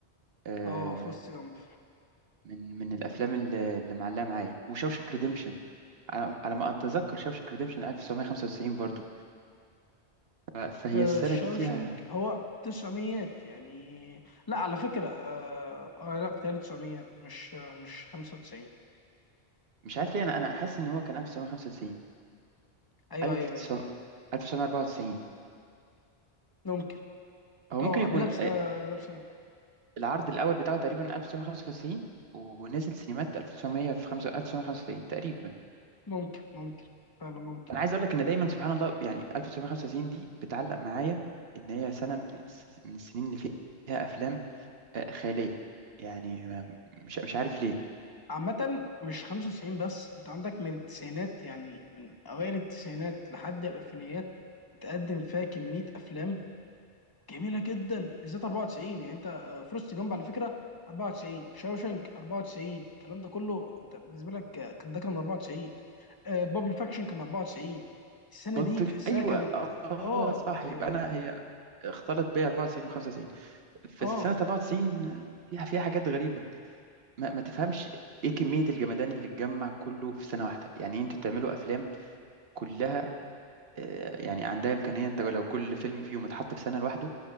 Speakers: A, on the right; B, on the left.
A: آه
B: اه فورست جامب.
A: من من الافلام اللي, اللي معلقه معايا وشاوشنك ريديمشن على على ما اتذكر شاوشنك ريديمشن 1995 برضو ف- فهي
B: آه
A: السنه
B: شاوشنك
A: دي فيها
B: هو تسعميات يعني لا على فكرة اه, آه لا بتهيألي تسعميات مش آه مش 95
A: مش عارف ليه انا انا حاسس ان هو كان 1995
B: ايوه
A: 1900
B: ايوه ايوه
A: 1994
B: ممكن
A: هو ممكن
B: اه
A: يكون
B: قبلها بس
A: آه،
B: آه، قبلها بسنه
A: العرض الاول بتاعه تقريبا 1995 ونزل سينمات 1900 في 1995 تقريبا
B: ممكن ممكن فعلا ممكن
A: انا عايز اقول لك ان دايما سبحان الله يعني 1995 دي بتعلق معايا ان هي سنه من الس- من السنين اللي فيها افلام آه، خياليه يعني ما- مش مش عارف ليه
B: عامة مش 95 بس انت عندك من التسعينات يعني من اوائل التسعينات لحد الالفينيات اتقدم فيها كمية افلام جميلة جدا بالذات 94 يعني انت آه، فورست جامب على فكرة 94 شاوشانك 94 الكلام ده كله انت بالنسبة لك آه، ده كان 94 بابل فاكشن كان 94 السنة
A: بالب
B: دي
A: فيكشن
B: تحسها
A: ايوه
B: كانت
A: اه
B: اه
A: صح
B: اه,
A: يبقى انا هي اختلط بيا 94 و95
B: آه
A: بس سنه 94 فيها فيها حاجات غريبه ما, ما تفهمش ايه كميه الجمدان اللي اتجمع كله في سنه واحده يعني إيه انتوا تعملوا افلام كلها آه، يعني عندها امكانيه انت لو كل فيلم فيهم اتحط في سنه لوحده